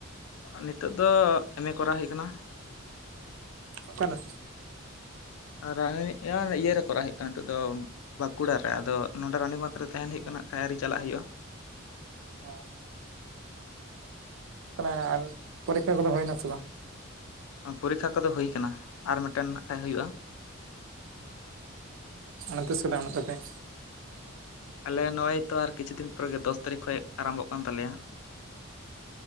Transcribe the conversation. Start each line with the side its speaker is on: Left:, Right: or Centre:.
Left: ᱱᱤᱛᱚᱜ ᱫᱚ ᱮᱢ ᱮ ᱠᱚᱨᱟᱣ ᱦᱩᱭᱩᱜ ᱠᱟᱱᱟ
Right: ᱚᱠᱟᱨᱮ
Left: ᱨᱟᱱᱤ ᱤᱭᱟᱹᱨᱮ ᱠᱚᱨᱟᱣ ᱦᱩᱭᱩᱜ ᱠᱟᱱᱟ ᱱᱤᱛᱚᱜ ᱫᱚ ᱵᱟᱸᱠᱩᱲᱟ ᱨᱮ ᱟᱫᱚ ᱱᱚᱰᱮ ᱨᱟᱱᱤ ᱵᱟᱸᱫᱷ ᱨᱮ ᱛᱟᱦᱮᱱ ᱦᱩᱭᱩᱜ ᱠᱟᱱᱟ ᱱᱟᱜ ᱠᱷᱟᱭ ᱟᱣᱨᱤ ᱪᱟᱞᱟᱜ ᱦᱩᱭᱩᱜᱼᱟ
Right: ᱚ ᱛᱟᱞᱮ ᱯᱚᱨᱤ‌ᱠᱠᱷᱟ ᱠᱚᱫᱚ ᱦᱩᱭ ᱱᱟᱥᱮ ᱵᱟᱝ
Left: ᱯᱚᱨᱤᱠᱠᱷᱟ ᱠᱚᱫᱚ ᱦᱩᱭ ᱠᱟᱱᱟ ᱟᱨ ᱢᱤᱫᱴᱮᱱ ᱱᱟᱜ ᱠᱷᱟᱭ ᱦᱩᱭᱩᱜᱼᱟ
Right: ᱚᱱᱟ ᱛᱤᱥ ᱠᱚᱛᱮ ᱢᱮᱱᱟᱜ ᱛᱟᱯᱮᱭᱟ
Left: ᱟᱞᱮ ᱱᱚᱜᱼᱚᱭ ᱛᱚ ᱟᱨ ᱠᱤᱪᱷᱩ ᱫᱤᱱ ᱯᱚᱨᱮ ᱜᱮ ᱫᱚᱥ ᱛᱟᱨᱤᱠᱷ ᱠᱷᱚᱡ ᱟᱨᱟᱢᱵᱷᱚᱜ ᱠᱟᱱ ᱛᱟᱞᱮᱭᱟ